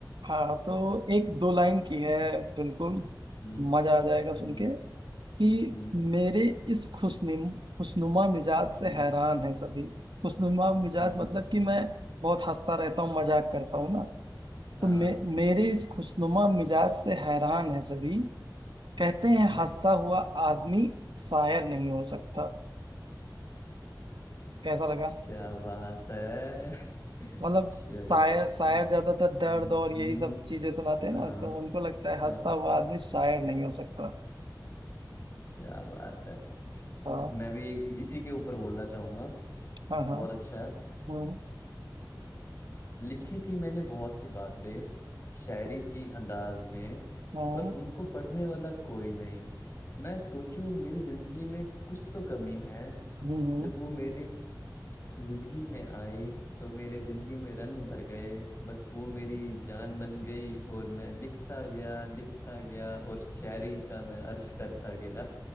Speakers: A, on the right; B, on the left.
A: हाँ तो एक दो लाइन की है बिल्कुल
B: हम्म
A: मजा आ जाएगा सुन
B: हम्म
A: के कि
B: हम्म
A: मेरे इस खुशनुम खुशनुमा मिजाज से
B: हम्म
A: हैरान है सभी खुशनुमा मिजाज
B: हम्म,
A: मतलब कि मैं बहुत हंसता रहता हूँ मजाक करता हूँ ना
B: हाँ
A: तो मे, मेरे इस खुशनुमा मिजाज से हैरान है सभी कहते
B: हम्म
A: हैं हंसता हुआ आदमी शायर नहीं हो सकता कैसा लगा
B: क्या बात है <laughs>
A: मतलब
B: चलो
A: शायर
B: हम्म
A: शायर ज्यादातर
B: हम्म,
A: दर्द और यही सब चीजें सुनाते हैं
B: हाँ
A: ना तो उनको लगता है
B: हाँ
A: हंसता
B: हाँ,
A: हुआ आदमी शायर नहीं हो सकता
B: क्या बात है
A: हाँ
B: मैं भी एक इसी के ऊपर बोलना चाहूंगा
A: हाँ हाँ
B: बहुत अच्छा है।
A: हम्म
B: लिखी थी मैंने बहुत सी बातें शायरी की अंदाज में
A: हम्म
B: पर उनको पढ़ने वाला कोई नहीं मैं सोचूं मेरी जिंदगी में कुछ तो कमी है
A: हम्म हम्म।
B: जब वो मेरे जिंदगी में आई तो मेरे जिंदगी में रंग भर गए बस वो मेरी जान बन गई और मैं लिखता गया लिखता गया और शायरी का मैं अर्ज करता गया